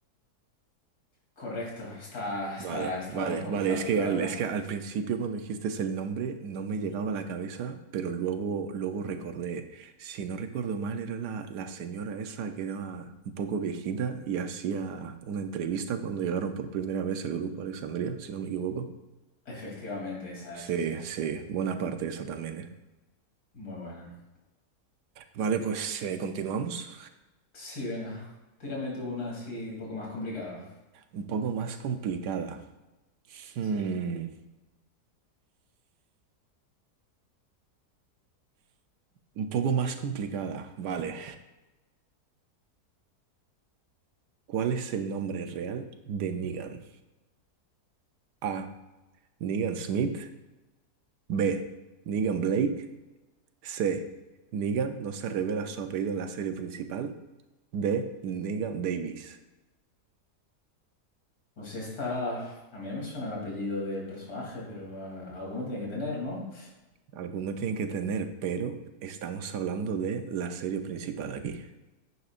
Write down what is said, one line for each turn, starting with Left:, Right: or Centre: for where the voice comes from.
Left: Correcto, está, está,
Right: Vale,
Left: estaba
Right: vale,
Left: un poco
Right: vale.
Left: fácil,
Right: Es que
Left: la
Right: al,
Left: verdad.
Right: es que al principio cuando dijiste el nombre no me llegaba a la cabeza, pero luego, luego recordé. Si no recuerdo mal, era la, la señora esa que era un poco viejita y hacía una entrevista cuando llegaron por primera vez el grupo a Alexandria, si no me equivoco.
Left: Efectivamente, esa
Right: Sí,
Left: es, esa es.
Right: sí, buena parte de esa también, ¿eh?
Left: Muy buena.
Right: Vale, pues eh, continuamos.
Left: Sí, venga, tírame tú una así un poco más complicada.
Right: Un poco más complicada. Hmm,
Left: Sí.
Right: Un poco más complicada, vale. ¿Cuál es el nombre real de Negan? A. Negan Smith. B. Negan Blake. C. Negan no se revela su apellido en la serie principal. D. Negan Davis.
Left: Pues esta, a mí no me suena el apellido del personaje, pero ah, alguno tiene que tener, ¿no?
Right: Alguno tiene que tener, pero estamos hablando de la serie principal aquí.